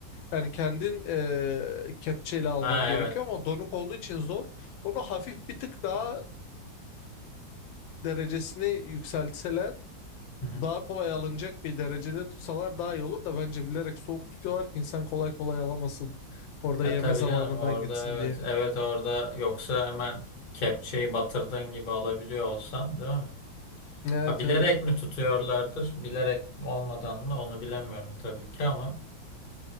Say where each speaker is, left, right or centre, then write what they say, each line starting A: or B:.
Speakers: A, on the left; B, on the left.
A: Yani kendin e, kepçeyle alman
B: Ha
A: gerekiyor
B: evet.
A: ama donuk olduğu için zor. Onu hafif bir tık daha derecesini yükseltseler
B: Hı-hı.
A: daha kolay alınacak bir derecede tutsalar daha iyi olur da bence bilerek soğuk tutuyorlar ki insan kolay kolay alamasın. Orada
B: Ya
A: yeme
B: tabii
A: zamanından
B: canım orada
A: gitsin
B: evet.
A: diye.
B: Evet orada yoksa hemen kepçeyi batırdığın gibi alabiliyor olsan değil mi?
A: Evet
B: Ha, bilerek
A: evet.
B: mi tutuyorlardır, bilerek olmadan mı onu bilemiyorum tabii ki ama